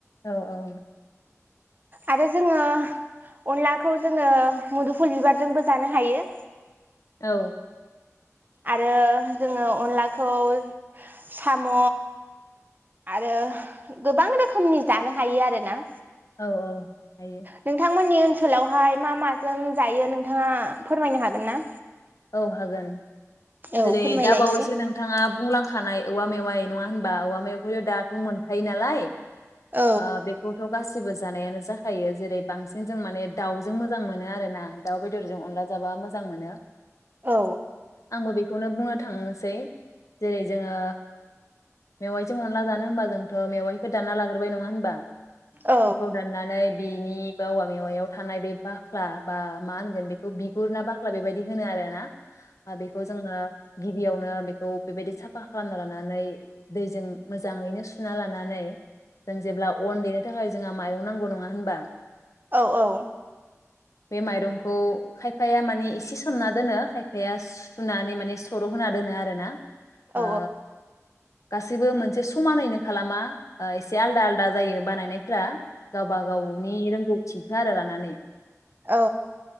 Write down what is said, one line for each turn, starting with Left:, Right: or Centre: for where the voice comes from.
Left: औ औ।
Right: आरो जोङो अनलाखौ जोङो मुदुफुल बिबारजोंबो जानो हायो।
Left: औ।
Right: आरो जोंओ अनलाखौ साम' आरो गोबां रोखोमनि जानो हायो आरोना।
Left: औ औ हायो।
Right: नोंथांमोननि ओनसोलावहाय मा माजों जायो नोंथाङा फोरमायनो हागोन ना।
Left: औ हागोन।
Right: औ
Left: जेरै
Right: फोरमायलाय
Left: दा बावैसो
Right: एसे
Left: नोंथाङा बुंलांखानाय औवा। मेवाइ नंआ। होमबा औवा मेवाइखौ दाथ' मोनखायो नालाय। ओ
Right: औ
Left: बेखौथ' गासिबो। जानायानो जाखायो जेरै। बांसिन जों माने दाउजों मोजां मोनो। आरोना दाउ बेदरजों अनला जाबा मोजां मोनो।
Right: औ
Left: आंबो बेखौनो बुंनो। थांनोसै जेरै जोंओ मेवाइजों अनला जानो होमबा जोंथ' मेवाइखौ दानना लाग्रोबाय नङा होमबा।
Right: औ
Left: बेखौ दाननानै। बेनि बा औवा मेवाइयाव थानाय बे बाख्ला बा मा होनगोन बेखौ बिगुर ना बाख्ला बेबायदि होनो आरोना ओ बेखौ जोङो गिबियावनो बेख थ' बेबायदि साफा खालामना लानानै दैजों मोजाङैनो सुना लानानै जों जेब्ला अन देनो थाखाय जोंहा माइरं नांगौ नङा होनबा?
Right: औ औ
Left: बे माइरंखौ खायफाया माने एसेस सोमना दोनो खायफाया सुनानै माने सर' होना दोनो आरोना
Right: औ
Left: ओ गासैबो मोनसे समानैनो खालामा ओ एसे आलदा आलदा जायो। बानायनायफ्रा गावबा गावनि रोंगौथिखो आरो लानानै।
Right: औ